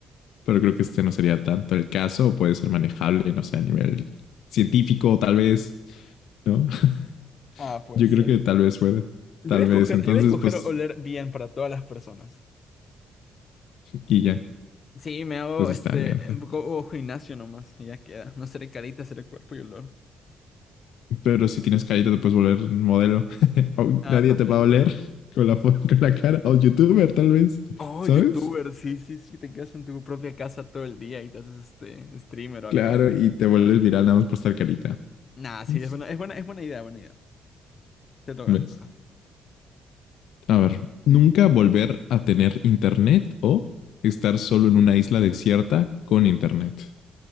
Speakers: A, on the left (about 75°); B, on the left (about 45°).
A: Pero creo que este no sería tanto el caso, o puede ser manejable, no sé, a nivel científico, tal vez ¿no? <laughs>
B: Ah, puede
A: Yo
B: ser.
A: creo que tal vez pueda.
B: Yo
A: Tal
B: voy a escoger,
A: vez. Entonces,
B: yo voy a escoger
A: pues,
B: oler bien para todas las personas.
A: y ya.
B: Sí, me hago
A: Pues está
B: este
A: bien. está.
B: un poco oh, gimnasio nomás. y Ya queda. No seré carita, seré cuerpo y olor.
A: Pero si tienes carita, te puedes volver modelo. <laughs> O
B: Ah,
A: Nadie
B: también.
A: te va a oler con la, fo- <laughs> con la cara. O youtuber, tal vez.
B: Oh,
A: ¿Sabes?
B: youtuber, sí, sí, sí, te quedas en tu propia casa todo el día y te haces este streamer o
A: Claro,
B: algo.
A: y te vuelves viral nada más por estar carita.
B: Nah, sí,
A: ¿Ves?
B: es buena, es buena, es buena idea, buena idea. Te toca,
A: ¿Ves?
B: te toca.
A: A ver, nunca volver a tener internet o estar solo en una isla desierta con internet.